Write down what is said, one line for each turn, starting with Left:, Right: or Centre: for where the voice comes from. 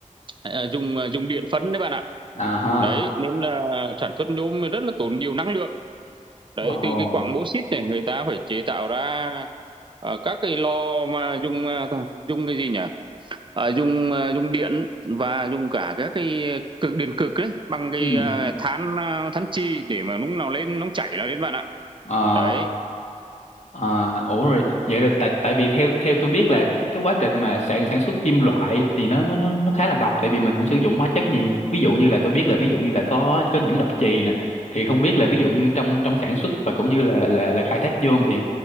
Right: ờ, dùng uh, dùng điện phân đấy bạn ạ
Left: à ha
Right: Đấy, nên là sản xuất nhôm rất là tốn nhiều năng lượng. Đấy,
Left: ồ
Right: từ cái quặng bô xít này người ta phải chế tạo ra ờ, các cái lò mà dùng ờ, dùng cái gì nhỉ? Ờ, dùng ờ, dùng điện và dùng cả các cái cực điện cực đấy bằng cái
Left: ừ
Right: ờ, than ờ, than chì để mà lúc nào lên nóng chảy là lên bạn ạ.
Left: à
Right: Đấy.
Left: À, ủa rồi vậy rồi tại tại vì theo theo tôi biết là cái cái quá trình mà sản sản xuất kim loại thì nó nó nó nó khá là độc tại vì mình cũng sử dụng hóa chất nhiều ví dụ như là tôi biết là ví dụ như là có có nhiễm độc chì nè thì không biết là ví dụ như trong trong sản xuất và cũng như là là là khai thác nhôm thì